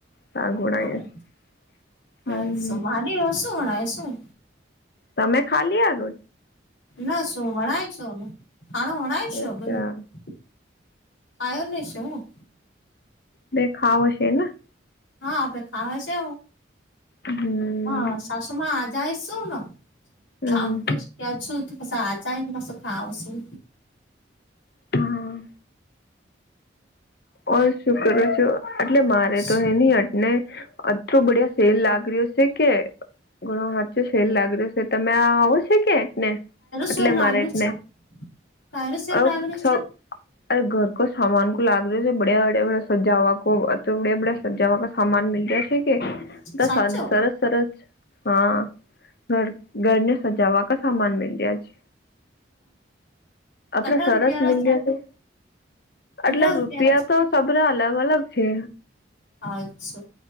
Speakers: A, on the left; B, on the left.
A: શાક બનાવ્યું
B: હા
A: છે હમ
B: અસા માની શું ગણાય શું.
A: તમે ખા લિયા રો
B: ના શું વણાય છો ખાણો વણાય છો
A: અચ્છા
B: <unintelligible> આયોને શું હું.
A: બે ખાવો છે ના.
B: હા અબે ખાવ સે હો
A: હમ
B: હા સાસુ માં આજાય શું નો.
A: હમ
B: કામ પુસ ક્યાં છું તો કસ આજયની સો ખાવું શું.
A: હા ઓ શું કરું છું એટલે મારે
B: કાયરો
A: તો હે ની અટ ને અટલો બડિયા સેલ લાગ રહ્યો છે કે ઘણો હાચો સેલ લાગ રહીયો સે. તમે આવો છે કે. ને એટલે
B: સેલ લાગણી
A: મારે
B: છે
A: ને
B: કાયરો સેલ
A: ઓ
B: લાગણી
A: સો
B: છે
A: અરે ઘર કો સામાન કો લાગ્યો છે બડીયા બડીયા સજાવા કો તો બે બડ સજાવાગ સામાન મીલ્યા છે કે દા
B: સાચો
A: સ સરસ સરસ હા ઘર ઘરને સજાવા ક સામાન મેલ્યા છે. અત્રે
B: કટરા
A: સરસ
B: રૂપિયારા
A: મિલિયા છે
B: કટરા
A: આટલે રૂ
B: રૂપિયારા
A: રૂપિયા
B: છે
A: તો સબરે અલગ અલગ છે
B: અચ્છો